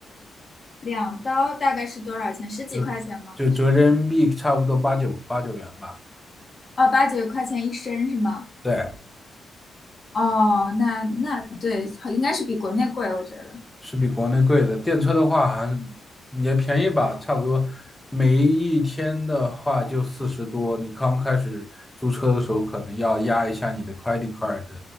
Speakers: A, on the left; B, in the centre.
A: 两刀大概是多少钱？十几块钱吗？
B: 就就折人民币差不多八九八九元吧，
A: 哦，八九块钱一升是吗？
B: 对，
A: 哦，那那对，好应该是比国内贵，我觉得。
B: 是比国内贵的。电车的话还是也便宜吧，差不多每一天的话就四十多。你刚开始租车的时候，可能要压一下你的 credit card 的